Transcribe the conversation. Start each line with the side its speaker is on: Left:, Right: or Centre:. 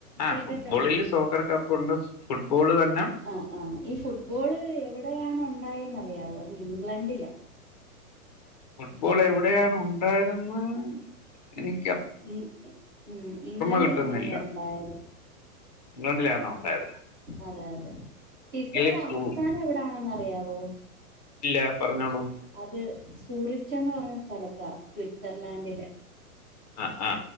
Left: ആഹ്
Right: കേട്ടിട്ടുണ്ട്
Left: ഫുട്ബോളില് സോ ക്കർ കപ്പുണ്ട് ഫുട്ബോള് തന്നെ
Right: ആഹ് ആഹ് ഈ ഫുട്ബോള് എവ്ടെയാണ് ഉണ്ടായെന്നറിയാവോ അത് ഇംഗ്ലണ്ടിലാ
Left: ഫുട്ബോൾ എവിടെയാണ് ഉണ്ടായതെന്ന് എനിക്ക
Right: ഇൻ ഇ ഉം ഇംഗ്ലണ്ടിലാണത്
Left: കിട്ടുന്നില്ല
Right: ഒണ്ടായത്
Left: ഇംഗ്ലണ്ടിലാണോ ഉണ്ടായത്
Right: അതെ അതെ ഫിഫയുടെ
Left: എങ്കില് ഫു
Right: ആസ്ഥാനം എവിടാണെന്ന് അറിയാവോ
Left: ഇല്ല പറഞ്ഞോളൂ
Right: അത് സൂറിച്ചന്ന് പറഞ്ഞ സ്ഥലത്താ സ്വിറ്റ്സർലാൻഡിലെ
Left: ആ ആ